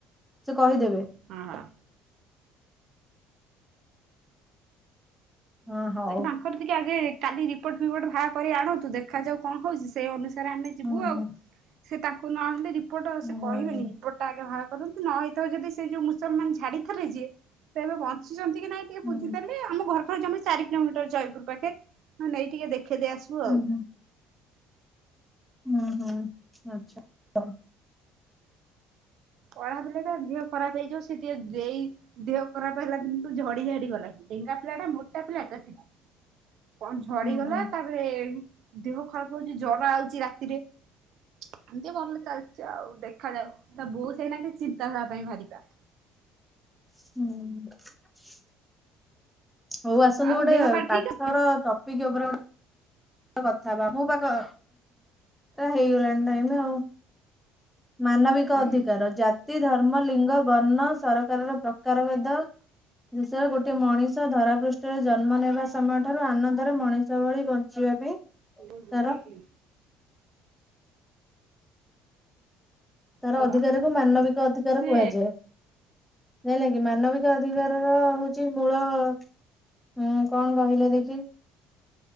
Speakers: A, in the centre; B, on the right (about 60°).
A: ସିଏ କହିଦେବେ।
B: ହଁ ହ।
A: ହଁ ହଉ।
B: ଦେଖ୍ ତାଙ୍କର ଟିକେ ଆଗେ କାଲି ରିପୋର୍ଟ ଫିପୋର୍ଟ ଭା କରି ଆଣନ୍ତୁ ଦେଖାଯାଉ କଁ ହଉଚି ସେ ଅନୁସାରେ ଆମେ ଯିବୁ
A: ହୁଁ ହୁଁ
B: ଆଉ, ସେ ତାଙ୍କୁ ନହଲେ ରିପୋର୍ଟ
A: ହୁଁ
B: ସେ କହିବେନି ରିପୋର୍ଟା ଆଗେ ବା କରନ୍ତୁ ନ ହେଇଥାଉ ଯଦି ସେ ଯୋଉ ମୁସଲମାନ ଛାଡ଼ିଥିବେ ଯିଏ, ସେ ଏବେ ବଞ୍ଚିଛନ୍ତି କି ନାଇଁ ଟିକେ
A: ହୁଁ
B: ବୁଝିଦେଲି ଆମ ଘରଠୁ ଜମା ଚାରି କିଲୋମିଟର ଜୟପୁର ପାଖେ, ହଁ ନେଇ ଟିକେ ଦେଖ ଖେଦେଇ ଆସିବୁ
A: ହୁଁ
B: ଆଉ।
A: ହୁଁ ହୁଁ ହୁଁ ଆଚ୍ଛା ହଉ।
B: ପଢ଼ାବେଳେ ତ ଦିହ ଖରାପ ହେଇଯିବ ସେ ଟିକେ ଦେଇ ଦିହ ଖରାପ ହେଲା ଦିନୁଠୁ ଝଡ଼ି ଝାଡ଼ି ଗଲାଣି। ଢ଼େଙ୍ଗା ପିଲା ଟା ମୋଟା ପିଲାଟା ଥିଲା। କଣ ଝଡ଼ିଗଲା
A: ହୁଁ ହୁଁ
B: ତାପରେ ଦିହ ଖରାପ ହଉଛି, ଜରା ଆଉଛି ରାତିରେ। ଏମିତି ଭଲ ଚାଲିଛି ଆଉ ଦେଖାଯାଉ ତା ବୋଉ ସେଇନାଗି ଚିନ୍ତା ତା ପାଇଁ ଭାରିପା।
A: ହୁଁ। ହହୋଉ ଆସନ୍ତୁ
B: ଆଉ
A: ଗୋଟେ
B: ଦେହ ପା
A: ପାଠର
B: ଠିକ ଅଛି
A: ଟପିକ ଉପରେ ଗୋଟେ କଥା ହବା ମୁଁ ପା କ ହେଇଗଲାଣି ଟାଇମ୍ ଆଉ। ମାନବିକ
B: ହୁଁ
A: ଅଧିକାର, ଜାତି, ଧର୍ମ, ଲିଙ୍ଗ, ବର୍ଣ୍ଣ ସରକାରର ପ୍ରକାର ଭେଦ। ଦେଶରେ ଗୋଟେ ମଣିଷ ଧରା ପୃଷ୍ଠରେ ଜନ୍ମ ନେବା ସମୟ ଠାରୁ ଆନନ୍ଦରେ ମଣିଷ ଭଳି ବନ ଞ୍ଚିବା ପାଇଁ।
B: ମୁଁ କଣ
A: ତାର
B: ଦେଖିଛି?
A: ତାର
B: ଓହୋ
A: ଅଧିକାରକୁ ମାନବିକ ଅଧିକାର
B: ସେ
A: କୁହାଯାଏ। ଜାଇଁଲ କିି ମାନବିକ ଅଧିକାରର ହଉ ଛି ମୂଳ ହୁଁ କଣ କହିଲେ ଦେଖି?